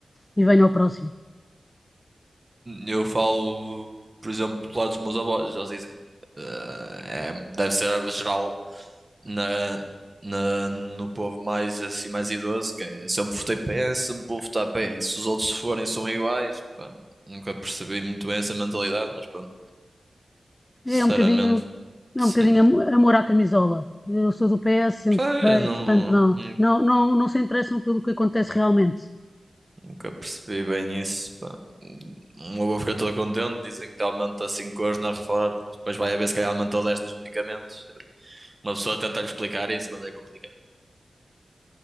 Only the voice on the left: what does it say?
e venha ao próximo.
É um bocadinho, é
um bocadinho amo- amor à camisola. Eu sou do PS, sempre
votei,
portanto não,
não, não, não se interessam pelo que acontece realmente.